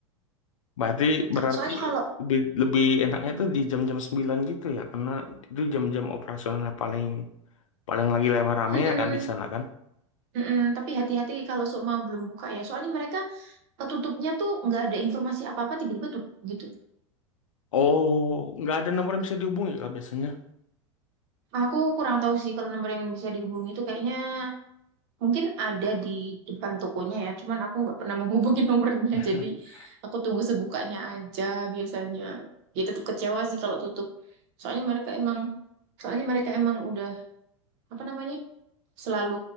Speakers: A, on the left (about 75°); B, on the right (about 55°).
A: berarti berarti
B: Soalnya kalau
A: lebih, lebih enaknya tuh di jam-jam 9 gitu ya karena itu jam-jam operasional paling paling lagi rame-rame
B: mm-mm,
A: ya kan di sana kan
B: mm-mm. Tapi hati-hati kalau Sukma belum buka ya. Soalnya mereka eh, tutupnya tuh nggak ada informasi apa-apa tiba-tiba tutup gitu.
A: oh nggak ada nomor yang bisa dihubungi kan biasanya
B: Aku kurang tahu sih kalau nomor yang bisa dihubungi itu kayaknya Mungkin ada di depan tokonya ya, cuman aku nggak pernah menghubungi <laughs> nomornya,
A: <laughs>
B: jadi aku tunggu sebukanya aja biasanya. Ya tetap kecewa sih kalau tutup. Soalnya mereka emang, soalnya mereka emang udah apa namanya, selalu